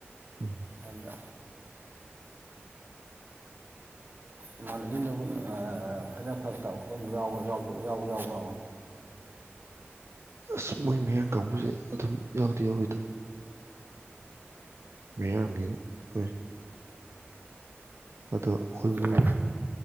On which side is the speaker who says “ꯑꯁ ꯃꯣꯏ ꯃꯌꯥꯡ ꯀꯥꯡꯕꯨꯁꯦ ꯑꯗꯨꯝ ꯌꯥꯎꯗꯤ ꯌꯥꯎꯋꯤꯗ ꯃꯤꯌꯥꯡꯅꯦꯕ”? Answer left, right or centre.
Right